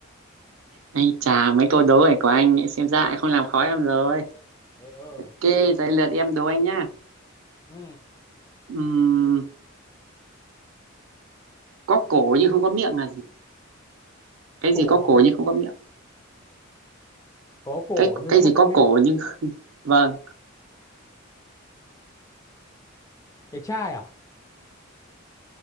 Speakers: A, on the right (about 75°); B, on the left (about 15°).
A: Anh chà, mấy câu đố này của anh ấy, xem ra lại không làm khó em rồi.
B: ừ ừ
A: Ok, giấy lượt em đố anh nhá.
B: ừ
A: Ừm, có cổ nhưng không có miệng là gì? Cái
B: cổ
A: gì có
B: mà
A: cổ
B: không
A: nhưng không có miệng?
B: có cổ
A: Cái
B: nhưng
A: cái
B: không
A: gì
B: có
A: có
B: miệng
A: cổ nhưng không- vâng,
B: cái chai à